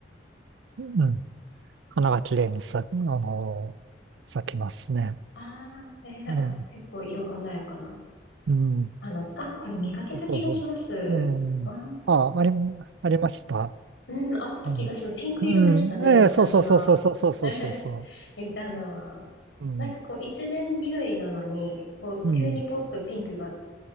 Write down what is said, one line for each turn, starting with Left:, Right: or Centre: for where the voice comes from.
Right: うん、花が綺麗に咲、あの、咲きますね。
Left: ああ、ええあ、
Right: ね
Left: 結構色鮮やかな
Right: え、うん、
Left: 花で。あこれ見かけた気がします。
Right: そうそう。ええ、
Left: ああ、
Right: あ、あり、ありました。
Left: うん、あった気がします。
Right: うん、
Left: ピンク色でしたね、
Right: うんええ、
Left: 私が。
Right: そうそうそうそうそうそうそうそうそ
Left: <laughs> 見たのは。
Right: う。うん、
Left: なんかこう一面緑なのに、こう急にポッとピンクが、
Right: うん、